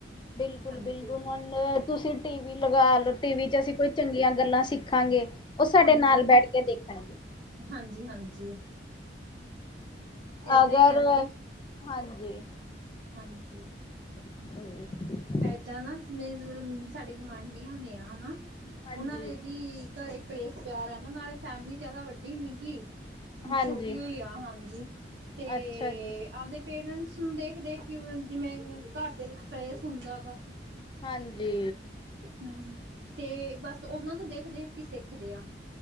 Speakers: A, on the left; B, on the right.
A: ਬਿਲਕੁਲ
B: ਹਾਂਜੀ
A: -ਬਿਲਕੁਲ ਹੁਣ ਤੁਸੀਂ ਟੀ ਵੀ ਲਗਾ ਲਓ, ਜ ਟੀ ਵੀ ਅਸੀਂ ਕੋਈ ਚੰਗੀਆਂ ਗੱਲਾਂ ਸਿੱਖ ਦੇਖਾਂਗੇ। ਉਹ ਸਾਡੇ
B: ਹਾਂਜੀ
A: ਨਾਲ ਬੈਠ ਕੇ ਦੇਖਣਗੇ।
B: ਹਾਂਜੀ -ਹਾਂਜੀ। ਏਦਾਂ
A: ਅਗਰ
B: ਹੀ ਆਂਦੀ
A: ਹਾਂਜੀ।
B: ਹਾਂਜੀ।
A: <unintelligible>
B: ਇਦਾਂ ਨਾ ਸਮੇਜ ਜਿਵੇ ਸਾਡੇ ਗੁਆਂਢੀਆਂ ਦੇ ਆ ਹਨਾ,
A: ਹਾਂਜੀ
B: ਉਹਨਾਂ ਨੇ ਇਹਦੀ ਕਲੇਸ਼ ਪਿਆ ਰਹਿੰਦਾ। ਨਾਲੇ ਫੈਮਿਲੀ ਜਿਆਦਾ ਵੱਡੀ ਨੀ ਗੀ।
A: ਹਾਂਜੀ
B: ਛੋਟੀ ਹੋਈ ਆ। ਹਾਂਜੀ, ਤੇ
A: ਅੱਛਾ ਜੀ
B: ਅਅ ਆਪਦੇ ਪੇਰੈਂਟਸ ਨੂੰ ਦੇਖ-ਦੇਖ ਕਿ ਜਿਵੇਂ ਘਰ ਦੇ ਵਿੱਚ ਕਲੇਸ ਹੁੰਦਾ ਗਾ।
A: ਹਾਂਜੀ।
B: ਹਮ ਤੇ ਬੱਸ ਉਹਨਾਂ ਤੋਂ ਦੇਖ -ਦੇਖ ਕੀ ਸਿੱਖਦੇ ਆ।